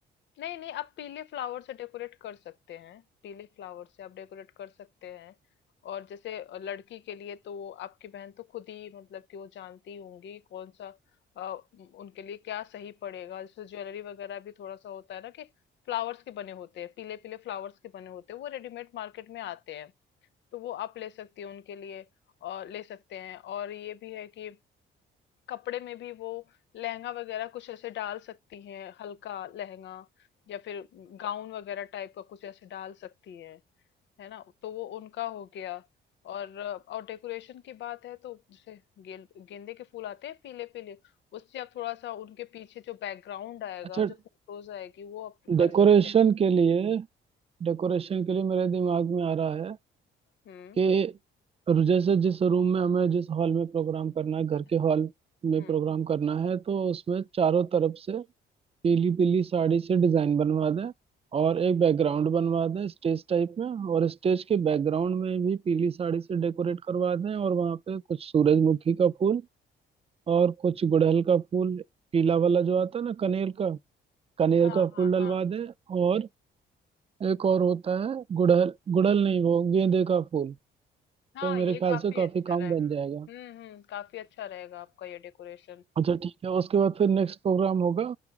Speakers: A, on the left; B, on the right.
A: नहीं नहीं आप पीले फ्लावर से डेकोरेट कर सकते हैं पीले फ्लावर से आप डेकोरेट कर सकते हैं और जैसे अ, लड़की के लिए तो वो आपकी बहन तो खुद ही मतलब कि वो जानती होंगी कौन सा अ, उम, उनके लिए क्या सही पड़ेगा जैसे ज्वेलरी वगैरह भी थोड़ा सा होता है ना कि फ्लावर्स के बने होते हैं पीले पीले फ्लावर्स के बने होते हैं वो रेडीमेड मार्केट में आते हैं तो वो आप ले सकती हो उनके लिए और ले सकते हैं और ये भी है कि कपड़े में भी वो लहंगा वगैरह कुछ ऐसे डाल सकती हैं हल्का लहंगा या फिर गाउन वगैरह टाइप का कुछ ऐसे डाल सकती हैं है ना तो वो उनका हो गया और और डेकोरेशन की बात है तो जैसे गेल- गेंदे के फूल आते हैं पीले पीले उससे आप थोड़ा सा उनके पीछे जो बैकग्राउंड आएगा
B: अच्छा
A: जो फोटोज आएगी वो आप कर
B: डेकोरेशन
A: सकते हैं
B: के लिए डेकोरेशन के लिए मेरे दिमाग में आ रहा है
A: हम्म
B: कि जैसे जिस रूम में हमें जिस हॉल में प्रोग्राम करना है घर
A: हाँ,
B: के हॉल में
A: हम्म
B: प्रोग्राम करना है तो उसमें चारों तरफ से पीली पीली साड़ी से डिजाइन बनवा दें और एक बैकग्राउंड बनवा दें स्टेज टाइप में और स्टेज के बैकग्राउंड में भी पीली साड़ी से डेकोरेट करवा दें और वहाँ पे कुछ सूरजमुखी का फूल और कुछ गुड़हल का फूल पीला वाला जो आता है ना कनेर का कनेर
A: हाँ हाँ
B: का फूल
A: हाँ
B: डलवा
A: हाँ
B: दें और एक और होता है गुड़हल गुड़हल नहीं वो गेंदे का फूल
A: हाँ,
B: तो मेरे
A: ये
B: ख्याल
A: काफी
B: से काफी
A: अच्छा
B: काम
A: रहेगा
B: बन जाएगा
A: हम्म हम्म काफी अच्छा रहेगा आपका ये डेकोरेशन
B: अच्छा ठीक है उसके बाद फिर नेक्स्ट प्रोग्राम होगा